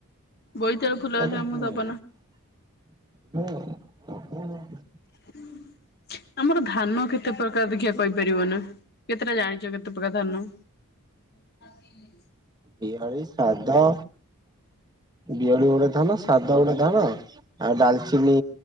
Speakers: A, on the left; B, on the right.
A: ବୋଇତାଳୁ
B: <unintelligible>
A: ଫୁଲ ହେଲେ ଆମକୁ ଦବ ନା <inaudible> ଆମର ଧାନ କେତେ ପ୍ରକାର ଦେଖିଆ କହିପାରିବ ନା କେତେଟା ଜାଣିଚ କେତେ ପ୍ରକାର ଧାନ? <inaudible>
B: ବିହଳି, ସ୍ରାଦ ବିହଳି ଗୋଟେ ଧାନ ସାଦ ଗୋଟେ ଧାନ। ଆଉ ଡାଲଚିନି